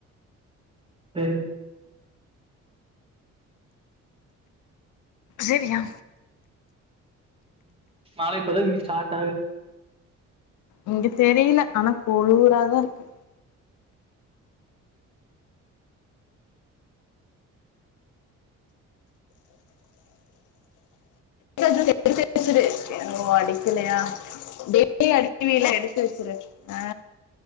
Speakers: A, on the right (about 20°); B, on the left (about 80°).
A: செரி
B: ஜெவியா
A: மழ இப்பதா இங்க ஸ்டார்ட் ஆகுது
B: இங்க தெரியல ஆனா கொழூவுராதா இருக்கு எடுத்து வச்சிரு ஓ அடிக்கலையா டெய்லி அடிவில எடுத்து வச்சரு ஆ